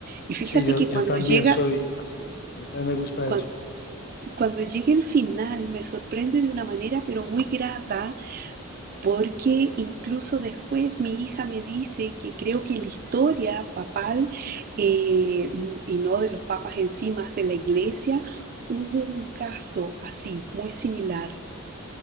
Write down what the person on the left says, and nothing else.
Sí, yo,
yo
también
soy así. A mí también me gusta
eso.